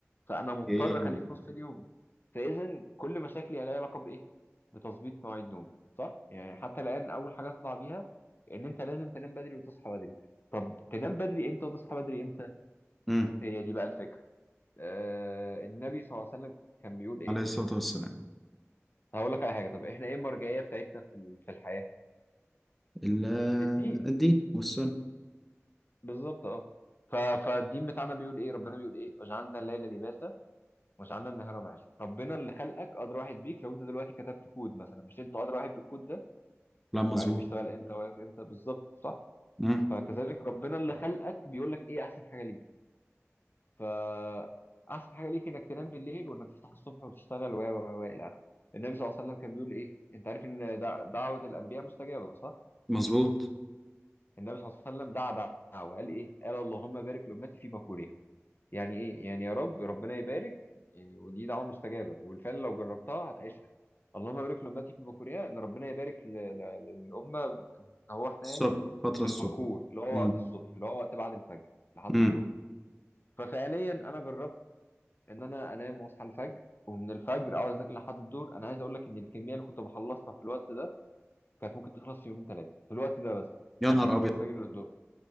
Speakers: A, on the left; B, in the centre.
A: فانا مضطر
B: ايه
A: اخليه في نص اليوم فاذا كل مشاكلي لها علاقه بايه بتظبيط مواعيد نومي صح يعني حتى الان اول حاجه اطلع بيها ان انت لازم تنام بدري وتصحى بدري طب تنام بدري امتى وتصحى بدري امتى
B: امم
A: هي دي بقى الفكره آه النبي صلى الله عليه وسلم كان بيقول ايه
B: عليه الصلاة والسلام
A: هقول لك على حاجه طب احنا ايه المرجعيه بتاعتنا في ال- في الحياه
B: ال- آه،
A: الدين
B: الدين والسنة
A: بالظبط اه ف- فالدين بتاعنا بيقول ايه ربنا بيقول ايه وجعلنا الليل لباسا وجعلنا النهار معاشا ربنا اللي خلقك ادرى واحد بيك لو انت دلوقتي كتبت كود مثلا مش انت ادرى واحد بالكود ده
B: لا مظبوط
A: وعارف بيشتغل امتى مم. واقف امتى بالظبط صح
B: امم
A: فكذلك ربنا اللي خلقك بيقول لك ايه احسن حاجه ليك ف احسن حاجه ليك انك تنام بالليل وانك تصحى الصبح وتشتغل و و و الى اخره النبي صلى الله عليه وسلم كان بيقول ايه انت عارف ان دع- دعوه الانبياء مستجابه صح
B: مظبوط
A: النبي صلى الله عليه وسلم دعا دعوه قال ايه قال اللهم بارك لامتي في بكورها يعني ايه يعني يا رب ربنا يبارك يعني ودي دعوه مستجابه وبالفعل لو جربتها هتعيشها اللهم بارك لامتي في بكورها ان ربنا يبارك ل- ل- للامه هو احنا
B: الصبح
A: يعني
B: فترة
A: في
B: الصبح
A: الباكور اللي هو
B: امم
A: وقت الصبح اللي هو وقت بعد الفجر لحد
B: امم
A: الظهر ففعليا انا جربت ان انا انام واصحى الفجر ومن الفجر اقعد اذاكر لحد الظهر انا عايز اقول لك ان الكميه اللي كنت بخلصها في الوقت ده كانت ممكن تخلص في يومين ثلاثه في الوقت ده بس
B: يا نهار
A: يعني
B: أبيض
A: من الفجر للظهر